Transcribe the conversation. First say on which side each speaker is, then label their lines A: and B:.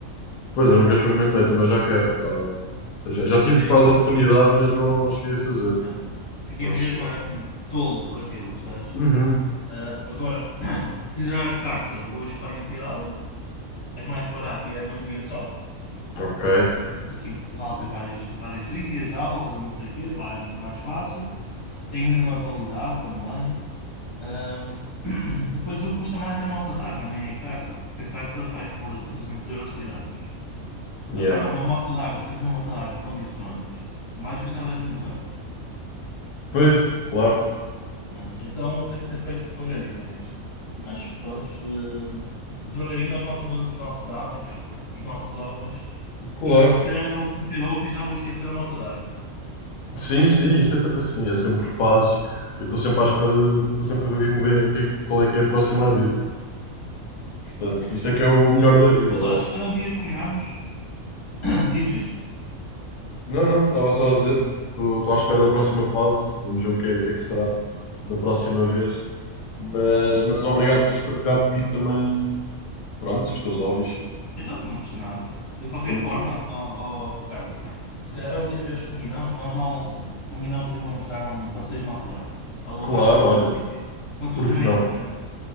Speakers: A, on the left (about 85°); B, on the left (about 25°).
A: Pois, eu nunca experimentei, também já quero. Ah, já, já
B: Fiquei,
A: tive quase a oportunidade, mas não, não cheguei a fazer.
B: yeah. Fiquei
A: Não
B: mesmo,
A: cheguei.
B: era assim, tolo por aquilo, percebes?
A: Uhum.
B: Ah, agora, tirar a carta, vou à Espanha tirá-la. É mais barato e é num dia só.
A: Ok.
B: Aqui em Portugal tens vários, vários dias, aulas e não sei o quê. Lá é muito mais fácil. Tem a mesma validade também. Ahm, <clears throat> <coughs> depois o que custa mais é a moto d'água, nem é a carta, porque a carta pá, é por 300 euros tiramos.
A: Yeah.
B: Agora, uma moto d'água, que queres uma moto d'água em condições, mais gastar 10 mil euros.
A: Pois, claro.
B: né? Então tem que ser feito devagarinho isto. Mas pronto, hum, devagarinho nós vamos mudando os nossos hábitos, os nossos hobbies,
A: Claro.
B: e se calhar ainda vou conhecer outro e já vou esquecer a moto d'água.
A: Sim, sim, isto é sempre assim, é sempre fases. Eu estou sempre à espera, de- estou sempre a ver o que é que me vem, o que é que- qual é que é a próxima a vir. Portanto, isso
B: Yeah.
A: é que é o melhor da vida,
B: Mas
A: eu
B: olha,
A: acho.
B: era um dia combinarmos. <coughs> Dizes?
A: Não, não, estava só a dizer, estou à espera da próxima fase, vamos ver o que é, o que é que será da próxima vez. Mas,
B: Muito bom.
A: mas obrigado por teres partilhado comigo também, pronto, os teus hobbies.
B: Então, não custa nada. De qualquer
A: Foi muito.
B: forma, ó, ó, Ricardo, se calhar um dia destes combinamos, vamos dar um, combinamos e vamos dar um passeio de moto d'água. Alugamos
A: Claro,
B: uma
A: olha,
B: motinha para tu
A: por
B: também
A: que não?
B: experimentar,